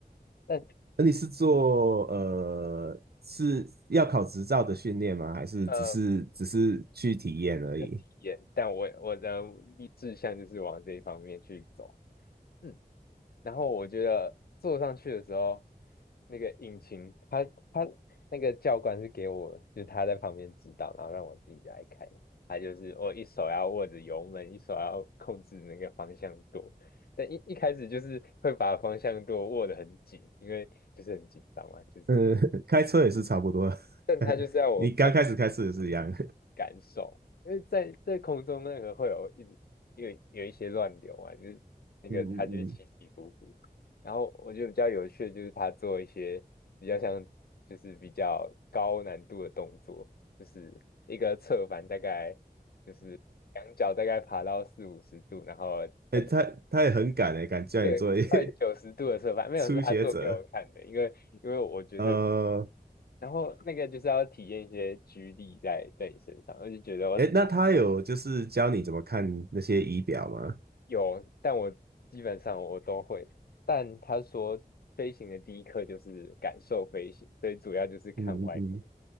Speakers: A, on the left; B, on the right.
A: 但
B: 那你是做呃是要考执照的训练吗？还是只是只是去体验而已？
A: 呃的体验，但我我的志向就是往这一方面去走。嗯，然后我觉得坐上去的时候，那个引擎，他他那个教官是给我，就是他在旁边指导，然后让我自己来开。他就是我一手要握着油门，一手要控制那个方向舵。但一一开始就是会把方向舵握得很紧，因为就是很紧张嘛，就是。
B: 呃，<laughs> 开车也是差不多，
A: 但他就是要我
B: <laughs> 你刚开始开车也是一样。
A: 感受，因为在在空中那个会有一直有有一些乱流啊，就是那个它就是起起伏伏。
B: 嗯嗯嗯，
A: 然后我觉得比较有趣的就是他做一些比较像就是比较高难度的动作，就是一个侧翻大概就是两脚大概爬到四五十度，然后大概
B: 哎，他他也很敢哎，敢叫你做一
A: 对快九十度的侧翻，
B: <laughs>
A: 没有是他做给我看的，
B: 初学者。
A: 因为因为我觉得。
B: 呃，
A: 然后那个就是要体验一些居力在在你身上，我就觉得我体
B: 哎，那他有就是教你怎么看那些仪表吗？
A: 有，但我基本上我都会。但他说飞行的第一课就是感受飞行，所以主要就是看外面。
B: 嗯嗯嗯，